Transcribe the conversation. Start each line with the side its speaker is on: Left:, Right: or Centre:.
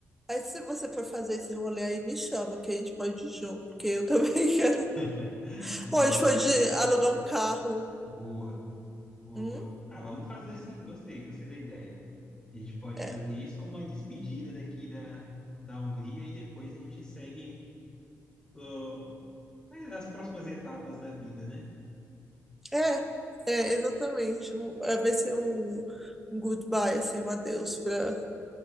Centre: aí se você for fazer esse rolê aí, me chama, que a gente pode ir junto, porque eu também <laughs> quero.
Left: <laughs> Vamos
Centre: Ou a gente pode
Left: sim.
Centre: alugar um carro.
Left: Boa, boa.
Centre: Hum?
Left: Ah, vamos fazer sim, gostei, gostei da ideia. A gente pode
Centre: É,
Left: fazer isso como uma despedida daqui da, da Hungria e depois a gente segue ó, as próximas etapas da vida, né?
Centre: é, é, exatamente. Um- é, Vai ser um, um goodbye, assim, um adeus para